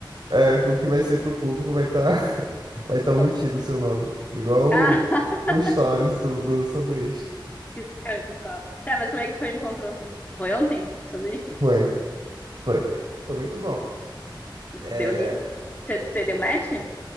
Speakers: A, on the right (about 55°); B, on the left (about 20°).
A: é, o que vai ser pro público vai estar <laughs> vai tá
B: Co-
A: omitido o seu nome. Igual o,
B: Ah,
A: o o stories do, do sanduíche.
B: <laughs> esse cara é de pau. Tá, mas como é que foi o encontro ontem? Foi ontem? Sanduíche?
A: Foi. Foi. Foi muito bom. É,
B: Deu liga? Você você deu match? Você